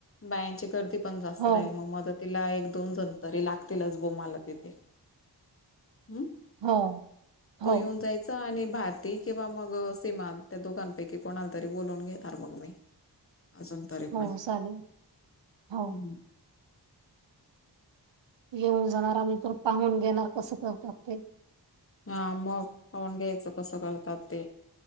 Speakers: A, on the left; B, on the right.
A: बायांची गर्दी पण जास्त
B: हो
A: राहिल मग मदतीला एक दोनजण तरी लागतीलच गोमाला तिथे हम्.
B: हो हो
A: तो येऊन जायचा आणि भारती किंवा मग सिमा त्या दोघांपैकी की कोणाला तरी बोलून घेेणार मग मी अजून तरी
B: हो
A: पण
B: चालेल हो
A: हम्म
B: येऊन जाणार आम्ही तर पाहून घेणार कसं करतात ते.
A: हा मग पाहुन घ्यायचं कसं करतात ते